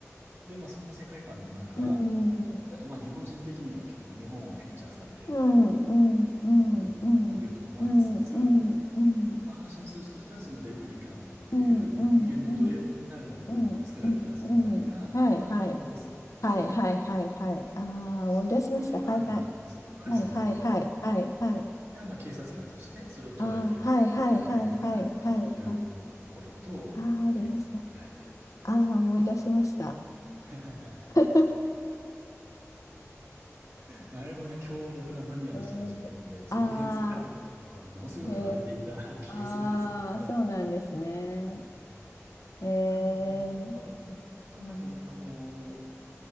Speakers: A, on the right (about 55°); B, on the left (about 85°).
A: で、まあ、そんな世界観の中、
B: うん。
A: あと、まあ、日本人的には結構日本をフィーチャーされているところがあって、
B: うん、うん、うん、
A: グッとくるとこもありつつ、
B: うん、うん、うん、うん、うん、
A: まあ、話の筋としては、そのレプリカントっていう、
B: うん、うん、
A: まあ、人間の奴隷になるために作られた存在が反乱を起こすんですね。
B: うん、うん、うんはい、はい、はい、はい、はい、はい、ああ、
A: で、それをブレードランナー、
B: 思い出しました。はい、はい、
A: そう、ハリソン・
B: はい、はい、
A: フォード
B: はい、はい、はい、
A: でが、まあ、警察官としてそれを捉えていく。
B: ああ、はい、はい、
A: で、戦いながら、
B: はい、はい、はい、
A: いろいろこう、
B: はい、
A: まあ、起こることを、
B: ああ、ありました。
A: ね、描いていると。
B: ああ、
A: そう
B: 思い出しました。
A: <laughs>
B: <laughs>
A: まああれもね、強力なマニアの人たちがいるので、
B: えー、
A: 続編作られた時にはものすごく荒れていた
B: ああ、えー、
A: <laughs> 気がするんですけど。
B: ああ、そうなんですね。
A: うん
B: えー、
A: あ、でも、なんか、なんとなく、あの